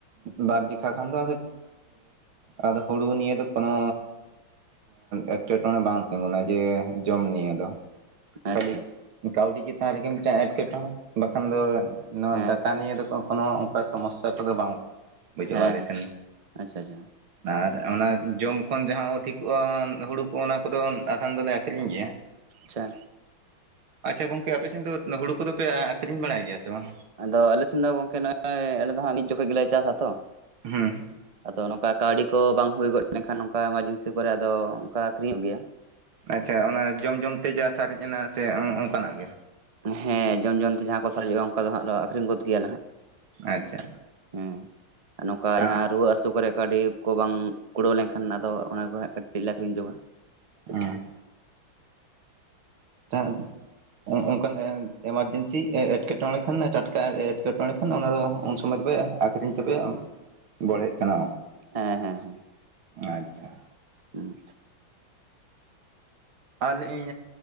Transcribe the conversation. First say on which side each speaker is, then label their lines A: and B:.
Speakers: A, on the right; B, on the right.
A: ᱵᱟᱨ ᱡᱷᱚᱠᱷᱟᱱ ᱫᱚ ᱟᱫᱚ ᱦᱩᱲᱩ ᱱᱤᱭᱮ ᱫᱚ ᱠᱳᱱᱳ ᱮᱸᱴᱠᱮᱴᱚᱬᱮ ᱵᱟᱝ ᱛᱤᱸᱜᱩᱱᱟ ᱡᱮ ᱡᱚᱢ ᱱᱤᱭᱮ ᱫᱚ᱾ ᱠᱷᱟᱹᱞᱤ
B: ᱟᱪᱪᱷᱟ
A: ᱠᱟᱹᱣᱰᱤ ᱪᱮᱛᱟᱱ ᱨᱮᱜᱮ ᱢᱤᱫᱴᱟᱱ ᱮᱸᱴᱠᱮᱴᱚᱬᱮ ᱵᱟᱠᱷᱟᱱ ᱫᱚ ᱱᱚᱣᱟ
B: ᱦᱮᱸ
A: ᱫᱟᱠᱟ
B: ᱦᱮᱸ
A: ᱱᱤᱭᱮᱹ ᱫᱚ ᱠᱳᱱᱳ ᱚᱱᱠᱟ ᱥᱚᱢᱚᱥᱥᱟ ᱠᱚᱫᱚ ᱵᱟᱝ ᱵᱩᱡᱩᱜᱼᱟ
B: ᱦᱮᱸ
A: ᱟᱞᱮ ᱥᱮᱱ,
B: ᱟᱪᱪᱷᱟ ᱟᱪᱪᱷᱟ
A: ᱟᱨ ᱚᱱᱟ ᱡᱚᱢ ᱠᱷᱚᱱ ᱡᱟᱦᱟᱸ ᱚᱫᱷᱤᱠᱚᱜᱼᱟ ᱦᱩᱲᱩ ᱠᱚ ᱚᱱᱟ ᱠᱚᱫᱚ ᱟᱫᱷᱟᱱ ᱫᱚᱞᱮ ᱟᱠᱷᱨᱤᱧ ᱜᱮᱭᱟ᱾
B: ᱟᱪᱪᱷᱟ,
A: ᱟᱪᱪᱷᱟ ᱜᱚᱝᱠᱮ ᱟᱯᱮ ᱥᱮᱱ ᱫᱚ ᱦᱩᱲᱩ ᱠᱚᱫᱚᱯᱮ ᱟᱠᱠᱷᱨᱤᱧ ᱵᱟᱲᱟᱭ ᱜᱮᱭᱟ ᱥᱮ ᱵᱟᱝ?
B: ᱟᱫᱚ ᱟᱞᱮ ᱥᱮᱱ ᱫᱚ ᱜᱚᱝᱠᱮ ᱱᱚᱜᱼᱚᱭ ᱟᱞᱮ ᱫᱚ ᱦᱟᱸᱜ ᱢᱤᱫ ᱡᱚᱠᱷᱚᱱ ᱜᱮᱞᱮ ᱪᱟᱥᱟ ᱛᱚ
A: ᱦᱮᱸ
B: ᱟᱫᱚ ᱱᱚᱝᱠᱟ ᱠᱟᱹᱣᱰᱤ ᱠᱚ ᱵᱟᱝ ᱦᱩᱭ ᱜᱚᱫ ᱞᱮᱱᱠᱷᱟᱱ ᱱᱚᱝᱠᱟ ᱮᱢᱟᱨᱡᱮᱱᱥᱤ ᱠᱚᱨᱮ ᱟᱫᱚ ᱚᱱᱠᱟ ᱟᱹᱠᱷᱨᱤᱧᱚᱜ ᱜᱮᱭᱟ᱾
A: ᱟᱪᱪᱷᱟ ᱚᱱᱟ ᱡᱚᱢ ᱡᱚᱢᱛᱮ ᱡᱟᱦᱟᱸ ‌ᱥᱟᱨᱮᱡ ᱮᱱᱟ ᱥᱮ ᱚᱱᱠᱟᱱᱟᱜ ᱜᱮ,
B: ᱦᱮᱸ ᱡᱚᱢ ᱡᱚᱢ ᱛᱮ ᱡᱟᱦᱟᱸ ᱠᱚ ᱥᱟᱨᱡᱚᱜᱼᱟ ᱚᱱᱠᱟ ᱫᱚ ᱦᱟᱸᱟᱜᱚ ᱟᱠᱷᱨᱤᱧ ᱜᱚᱫ ᱜᱮᱭᱟᱮ ᱦᱟᱸᱜ
A: ᱟᱪᱪᱷᱟ,
B: ᱦᱮᱸ ᱟᱨ ᱱᱚᱝᱠᱟ
A: ᱟᱸ
B: ᱡᱟᱦᱟᱸ ᱨᱩᱣᱟᱹ ᱦᱟᱹᱥᱩ ᱠᱚᱨᱮ ᱠᱟᱹᱣᱰᱤ ᱠᱚ ᱵᱟᱝ ᱠᱩᱲᱟᱹᱣ ᱞᱮᱱᱠᱷᱟᱱ ᱟᱫᱚ ᱚᱱᱟ ᱠᱚ ᱦᱟᱸᱜ ᱠᱟᱹᱴᱤᱡ ᱞᱮ ᱟᱹᱠᱷᱨᱤᱧ ᱧᱚᱜ-ᱟ᱾
A: ᱦᱮᱸ ᱫᱟᱜ <unintelligible> ᱚ ᱚᱱᱠᱟᱱ ᱮᱢᱟᱨᱡᱮᱱᱥᱤ ᱮᱸᱴᱠᱮᱴᱚᱬᱮ ᱠᱷᱟᱱ ᱴᱟᱴᱠᱟ ᱮᱸᱴᱠᱮᱴᱚᱬᱮ ᱠᱷᱟᱱ ᱚᱱᱟ ᱫᱚ ᱩᱱ ᱥᱚᱢᱚᱭ ᱞᱮ ᱟᱠᱷᱨᱤᱧ ᱛᱮᱯᱮ ᱵᱚᱲᱦᱮᱜ ᱠᱟᱱᱟ᱾
B: ᱦᱮᱸ ᱦᱮᱸ ᱦᱮᱸ
A: ᱟᱪᱪᱷᱟ
B: ᱦᱩᱸ
A: ᱟ ᱤᱧ